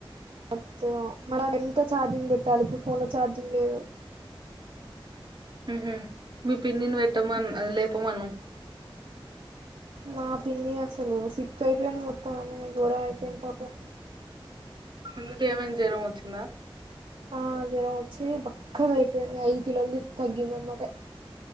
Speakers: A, on the right (about 70°); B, on the right (about 50°).
A: మత్త మనని ఎంత ఛార్జింగ్ పెట్టాలి ఇప్పుడు ఫోన్ లో ఛార్జింగ్ లేదు
B: హ మీ పిన్నిని పెట్టాను అదే లేపమను
A: నా పిన్ని అసలు సిక్క్ అయిపోయింది మొత్తం అన్నాయి ఘోరం అయిపోయింది పాపం
B: ఎందుకు <unintelligible> జ్వరం వచ్చింద
A: ఆ జ్వరం వచ్చి బక్కగ అయిపోయింది ఐదు కిలోలు తగ్గింది అనమాట